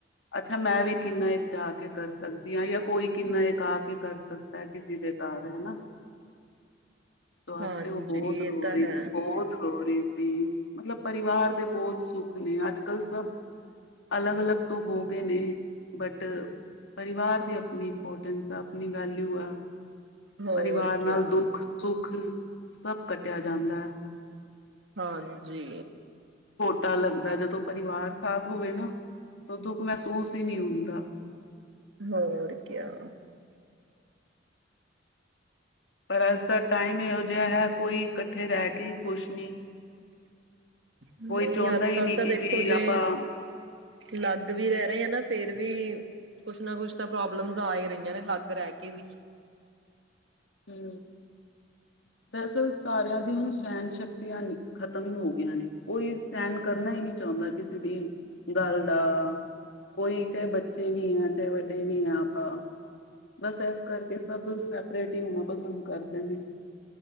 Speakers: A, on the left (about 75°); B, on the right (about 70°).
A: ਅੱਛਾ ਮੈਂ ਵੀ ਕਿੰਨਾ ਇੱਕ ਜਾ ਕੇ ਕਰ ਸਕਦੀ ਹਾਂ ਜਾਂ ਕੋਈ ਕਿੰਨਾ ਇੱਕ ਆ ਕੇ ਕਰ ਸਕਦਾ ਕਿਸੇ ਦੇ ਘਰ ਹਨਾ। ਵਾਸਤੇ
B: ਹਾਂਜੀ
A: ਉਹ ਬਹੁਤ
B: ਇਹ
A: ਰੋ
B: ਤਾਂ
A: ਰਹੀ
B: ਹੈ
A: ਬਹੁਤ ਰੋ ਰਹੀ ਸੀ ਮਤਲਬ ਪਰਿਵਾਰ ਦੇ ਬਹੁਤ ਸੁੱਖ ਨੇ ਅੱਜ ਕੱਲ ਸਭ ਅਲੱਗ-ਅਲੱਗ। ਤੋਂ ਹੋ ਗਏ ਨੇ ਬਟ ਪਰਿਵਾਰ ਦੀ ਆਪਣੀ ਇੰਪੋਰਟੈਂਸ ਆ ਆਪਣੀ ਵੈਲਿਊ ਆ।
B: ਹੋਰ
A: ਪਰਿਵਾਰ ਨਾਲ
B: ਕਿਆ
A: ਦੁੱਖ ਸੁੱਖ ਸਭ ਕੱਟਿਆ ਜਾਂਦਾ ਹੈ।
B: ਹਾਂਜੀ
A: ਪਤਾ ਲੱਗਦਾ ਜਦੋਂ ਪਰਿਵਾਰ ਸਾਥ ਹੋਵੇ ਨਾ ਤਾਂ ਦੁੱਖ ਮਹਿਸੂਸ ਹੀ ਨਹੀਂ ਹੁੰਦਾ
B: ਹੋਰ ਕਿਆ।
A: ਪਰ ਅੱਜ ਦਾ ਟਾਈਮ ਇਹੋ ਜਿਹਾ ਹੈ ਕੋਈ ਇਕੱਠੇ ਰਹਿ ਕੇ, ਖੁਸ਼ ਨਹੀਂ
B: ਨਹੀਂ
A: ਕੋਈ ਚਾਹੁੰਦਾ
B: ਅੱਜ
A: ਹੀ
B: ਕੱਲ
A: ਨਹੀਂ
B: ਤਾਂ
A: ਕਿ
B: ਦੇਖੋ
A: ਵੀ
B: ਜੇ
A: ਆਪਾਂ
B: ਲੱਗ ਵੀ ਰਹਿ ਰਹੇ ਆ ਨਾ ਫੇਰ ਵੀ ਕੁਛ ਨਾ ਕੁਛ ਤਾਂ ਪ੍ਰੋਬਲਮਸ ਆ ਹੀ ਰਹੀਆਂ ਨੇ ਲੱਗ ਰਹਿ ਕੇ ਵੀ
A: ਹੂੰ, ਦਰਅਸਲ ਸਾਰਿਆਂ ਦੀ ਹੁਣ ਸਹਿਣ ਸ਼ਕਤੀਆਂ ਖ਼ਤਮ ਹੋ ਗਈਆਂ ਨੇ ਕੋਈ ਸਹਿਣ ਕਰਨਾ ਹੀ ਨਹੀਂ ਚਾਹੁੰਦਾ, ਕਿਸੇ ਦੀ ਗੱਲ ਦਾ ਕੋਈ ਚਾਹੇ ਬੱਚੇ ਵੀ ਆ ਚਾਹੇ ਵੱਡੇ ਵੀ ਆ ਆਪਾਂ ਬਸ ਇਸ ਕਰਕੇ ਸਭ ਸੈਪਰੇਟ ਹੀ ਹੋਣਾ ਪਸੰਦ ਕਰਦੇ ਨੇ,